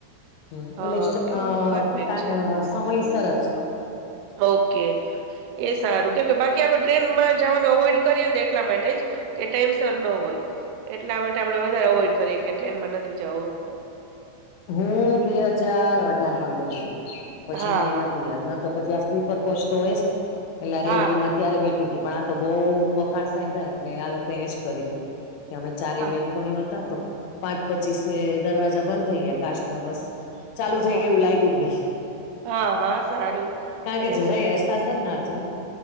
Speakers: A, on the left; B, on the right.
A: હમ
B: હા,
A: એટલે
B: ટાઈમિંગ પરફેક્ટ
A: ટ
B: છે.
A: સમય સરસ
B: ઓકે એ સારું કેમકે બાકી આપડ ટ્રેનમાં જવાનું અવોઈડ કરીએ ને એટલા માટે જ કે ટાઈમ સર ન હોય એટલા માટે આપડે વધારે અવોઈડ કરીએ કે ટ્રેનમાં નથી જવું
A: હું બે હજાર અઢારમાં બેઠી હતી પછી
B: હા
A: મને
B: હા
A: નથી યાદ ન તો પછી આ સ્લીપર કોચ તો હોય પેલા
B: હા
A: રેલવેમાં
B: હા
A: ત્યારે બેઠી તી પણ આ તો બો વખાણ સાંભળ્યા એટલે આ લોકો એજ કરી તી કે અમે ચારેય
B: હા
A: બેન પણીઓ હતા તો પાંચ પચીસે દરવાજા બંધ થઈ ગયા કાચના બસ ચાલુ થઈ
B: હા
A: ગયુ એવું લાગ્યું જ નહી
B: હા હા સારું
A: કારણ કે
B: એજ
A: જરાય પાસા જ ના થ્યો ને